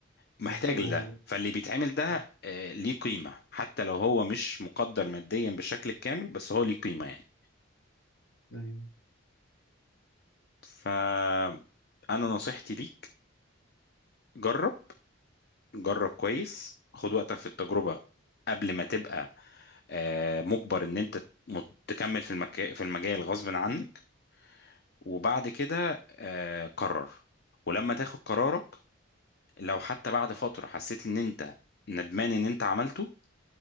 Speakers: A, on the left; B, on the left.
A: محتاج
B: محتاجهم
A: لده
B: برضه
A: فاللي بيتعمل ده
B: مم.
A: آه، ليه قيمة حتى لو هو مش مقدر ماديا بالشكل الكامل بس هو ليه قيمة يعني
B: ايوه
A: فأنا نصيحتي ليك جرب جرب كويس خد وقتك في التجربة قبل ما تبقى آه، مجبر ان انت مت- تكمل في المكا... في المجال غصب عنك وبعد كده آه، قرر ولما تاخد قرارك لو حتى بعد فترة حسيت ان انت ندمان ان انت عملته